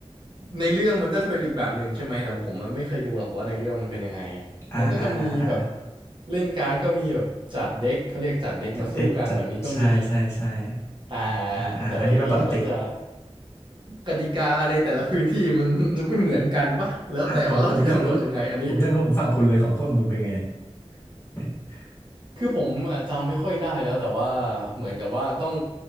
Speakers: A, on the right (about 45°); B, on the left (about 25°).
A: ในเรื่องมันก็จะเป็นอีกแบบหนึ่งใช่ไหมแต่ผมไม่เคยดูหรอกว่าในเรื่องมันเป็นยังไง
B: อ่าอ่าอ่าอ่า
A: มันก็จะมีแบบเล่นการ์ดก็มีแบบจัดเด็กเขาเรียกจัดเด็กมาสู้กันแบบนี้ก็มี
B: จัดเด็กจัดใช่ใช่ใช่
A: แต่
B: อ่าอ่าอันนี้เป็นปกติ
A: แต่แบบนี้เหมือนจะกติกาในแต่ละพื้นที่มัน <laughs> จะไม่เหมือนกันปะแล้วแต่ว่าเราจะกำหนดยังไงอันนี้
B: อ่าผมผมอยากรู้ผมอยากรู้ผมฝั่งคุณเลยของคนของคุณเป็นไงเนี่ย <laughs>
A: คือผมอะจำไม่ค่อยได้แล้วแต่ว่าเหมือนกับว่าต้อง